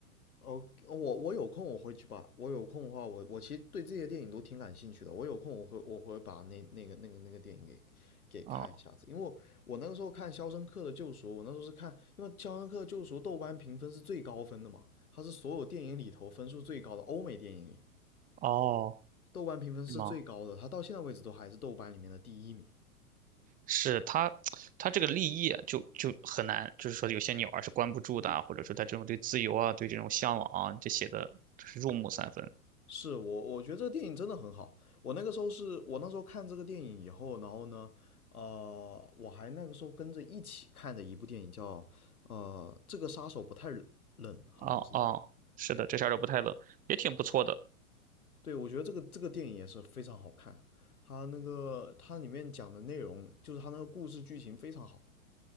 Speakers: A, on the left (about 80°); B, on the right (about 20°).
A: 哦，我我有空我回去把，我有空的话，我我其实对这些电影都挺感兴趣的。我有空我会我会把那那个那个那个电影给给看一下子，
B: 哦
A: 因为我我那个时候看《肖申克的救赎》，我那时候是看，因为《肖申克的救赎》豆瓣评分是最高分的嘛，它是所有电影里头分数最高的，欧美电影里
B: 哦，
A: 豆瓣评分是最高的，
B: 是吗？
A: 它到现在为止都还是豆瓣里面的第一名。
B: 是他，他这个立业就就很难，就是说有些鸟儿是关不住的啊，或者说他这种对自由啊，对这种向往啊，这写的就是入木三分。
A: 是我，我觉得这个电影真的很好。我那个时候是我那时候看这个电影以后，然后呢，呃，我还那个时候跟着一起看的一部电影叫呃，这个杀手不太冷，好像是叫。
B: 哦哦，是的，这下儿都不太冷，也挺不错的。
A: 对，我觉得这个这个电影也是非常好看，它那个它里面讲的内容，就是它那个故事剧情非常好。